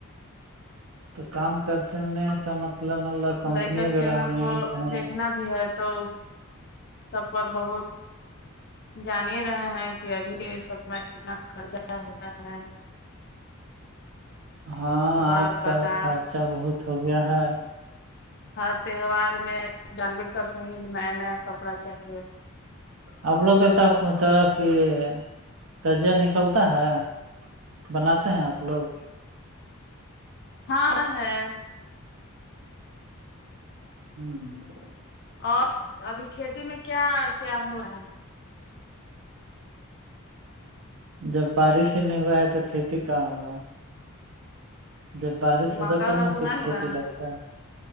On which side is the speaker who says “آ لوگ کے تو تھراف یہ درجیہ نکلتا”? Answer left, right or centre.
Right